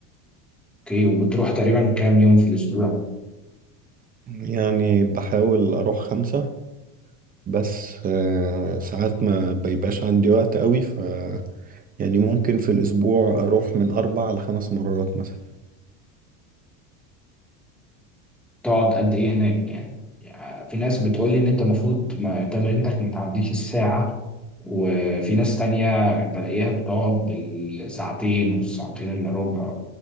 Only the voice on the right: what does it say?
يعني بحاول اروح خمسة بس آه، ساعات ما بيبقاش عندي وقت قوي ف يعني ممكن في الاسبوع اروح من اربع لخمس مرات مثلا